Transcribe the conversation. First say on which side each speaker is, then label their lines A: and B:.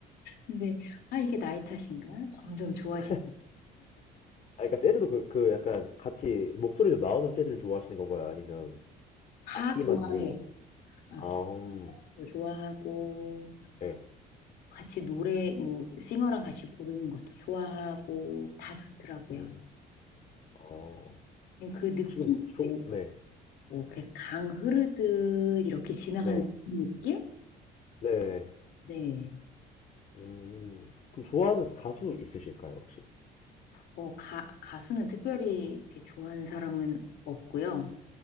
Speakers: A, on the left; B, on the left.
A: 근데 아, 이게 나이 탓인가? 점점 좋아지고
B: <laughs> 아, 그러니까 재즈도 그, 그 약간 같이 목소리도 나오는 재즈를 좋아하시는 건가요? 아니면
A: 다
B: 악기만
A: 좋아해.
B: 있는?
A: 악기도
B: 아, 음.
A: 좋아하고
B: 네.
A: 같이 노래, 뭐, 싱어랑 같이 부르는 것도 좋아하고, 다 좋더라고요.
B: 음. 어.
A: 그냥 그 느낌
B: 지금
A: 외에,
B: 조, 네.
A: 뭐, 그강 흐르듯 이렇게 지나가는
B: 네.
A: 그 느낌?
B: 네.
A: 네.
B: 음. 그럼 좋아하는 가수 있으실까요, 혹시?
A: 어, 가, 가수는 특별히 이렇게 좋아하는 사람은 없고요.